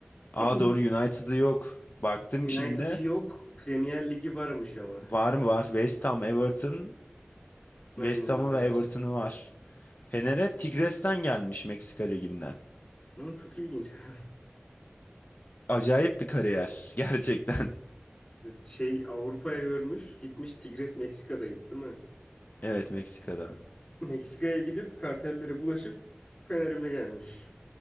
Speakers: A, on the left; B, on the left.
A: Aa
B: <clears throat>
A: doğru United'ı yok. Baktım
B: United'ı
A: şimdi.
B: yok. Premier Ligi varmış ama.
A: Var mı var? West Ham, Everton.
B: Aynen
A: West Ham'ı
B: o kadar.
A: ve Everton'ı var. Fener'e Tigres'ten gelmiş Meksika Ligi'nden.
B: Hı, çok ilginç. <laughs>
A: Acayip bir kariyer <laughs> gerçekten.
B: Şey Avrupa'ya görmüş. Gitmiş Tigres Meksika'daydı değil mi?
A: Evet Meksika'da.
B: Meksika'ya gidip kartellere bulaşıp Fener'ime gelmiş.